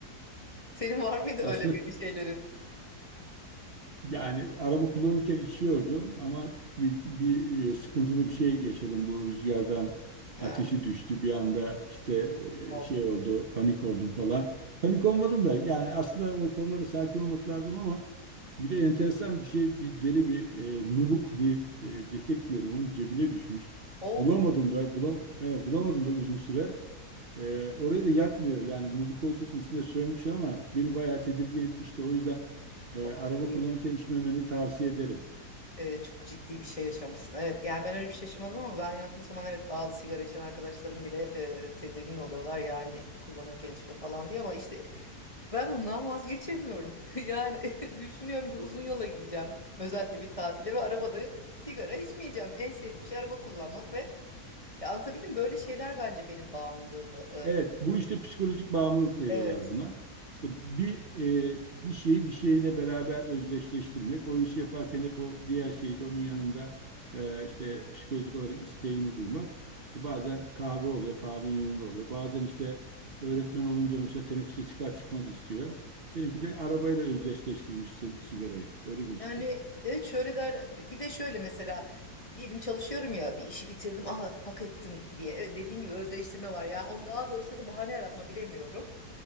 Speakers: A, on the left; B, on the right.
A: Senin var mıydı
B: Aslında
A: öyle bir şeylerin?
B: Yani araba kullanırken içiyordum ama bir, bir e, sıkıntılı bir şey yaşadım. Bu rüzgardan
A: Ha,
B: ateşi düştü bir anda işte
A: of.
B: e, şey oldu panik oldum falan. Panik olmadım da yani aslında o konulara sakin olmak lazım ama bir de enteresan bir şey bir deri bir e, nubuk bir e, ceket giyiyordum. Onun cebine düşmüş.
A: Of.
B: Bulamadım da bulam evet, bulamadım da uzun süre. Ee, orayı da yakmıyor. Yani nubuk olduğu için içine sönmüş ama beni bayağı tedirgin etmişti. O yüzden e,
A: Çok
B: araba
A: ciddi,
B: kullanırken içmemeni tavsiye ederim.
A: e, çok ciddi bir şey yaşamışsın. Evet yani ben öyle bir şey yaşamadım ama ben yaktığım zaman evet bazı sigara içen arkadaşlarım bile e, tedirgin oluyorlar. Yani kullanırken içme falan diye ama işte ben ondan vazgeçemiyorum. <laughs> Yani <laughs> düşünüyorum bir uzun yola gideceğim. Özellikle bir tatile ve arabada sigara içmeyeceğim. En sevdiğim şey araba kullanmak ve ya anlatabildim mi? böyle şeyler bence benim bağımlılığımı
B: Evet, bu işte psikolojik bağımlılık diyorlar
A: e, evet
B: buna. İşte bir e, bir şeyi bir şeyle beraber özdeşleştirmek, o işi yaparken hep o diğer şeyi de onun yanında e, işte psikolojik olarak isteğini duymak. İşte bazen kahve oluyor, kahvenin yanında oluyor. Bazen işte öğretmen olunca mesela teneffüse çıkar çıkmaz istiyor. Seninki de arabayla özdeşleştirmişsin sigarayı. Öyle gözüküyor.
A: Yani evet şöyle derler bir de şöyle mesela diyelim çalışıyorum ya bir işi bitirdim aha hak ettim diye evet, dediğin gibi özdeştirme var ya onu daha doğrusu ya da bahane yaratma bilemiyorum